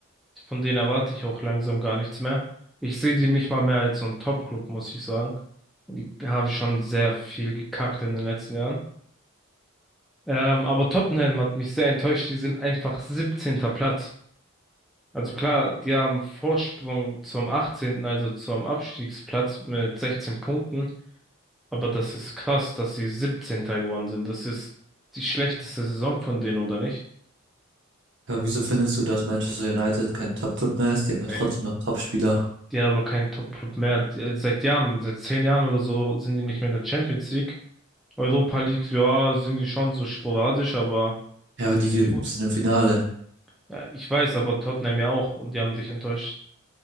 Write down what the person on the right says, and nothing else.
Ja, wieso findest du, dass Manchester United kein Top-Club mehr ist? Die haben ja
trotzdem noch Top-Spieler.
Ja,
und
die ge-
sind im Finale.